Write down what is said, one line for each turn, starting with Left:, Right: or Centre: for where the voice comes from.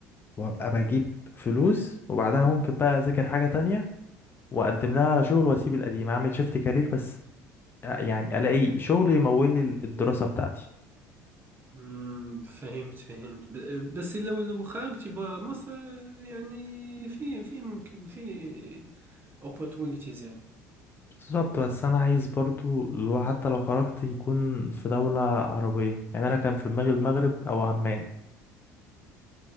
Left: وابقى بجيب فلوس وبعدها ممكن بقى اذاكر حاجة تانية واقدم لها على شغل واسيب القديم اعمل شيفت كارير بس يعني الاقي شغل يمول لي الدراسة بتاعتي
Right: مم، فهمت فهمت ب- بس لو لو خرجت برا مصر يعني في في ممكن في opportunities يعني
Left: بالظبط بس انا عايز برضو لو حتى لو خرجت يكون في دولة عربية يعني انا كان في دماغي المغرب او عمان